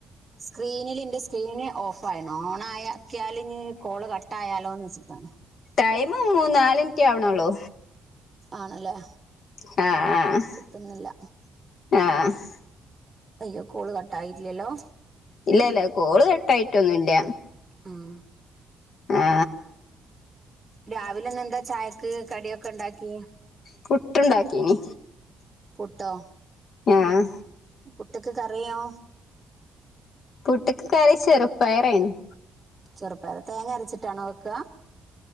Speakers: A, on the right; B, on the left.
A: സ്ക്രീനിില് എന്റെ സ്ക്രീന് ഓഫ് ആയിണം ഓൺ ആായ ാലി കോള് കട്ട്ായാലോന്ന് വെ താണ്
B: ടൈമ് നാലിന്റ്റേ ആവണോള്ളൂ
A: ആണല്ലേ
B: ആഹ് ആ
A: കിട്ടുന്നില്ല
B: ആഹ് ആഹ്
A: അയ്യോ കോള് കട്ടായിട് ഇല്ലല്ലോ
B: ഇല്ലല്ല കോള് കെട്ടായിട്ടൊന്നുംല്ല
A: ഉം
B: ആ
A: രാവിലെന്നെ എന്താ ചായക്ക് കടിയൊക്കെ ഉണ്ടാക്കി
B: പുട്ടുണ്ടാക്കീന്
A: പുട്ടോ
B: ആഹ്
A: പുട്ട്ക്ക് കറിയോ
B: പുട്ട്ക്ക് കറി ചെറുപ്പയറായിരുന്നു
A: ചെറുപ്പായറ് തേങ്ങ അരച്ചിട്ടാണോ വെക്കുക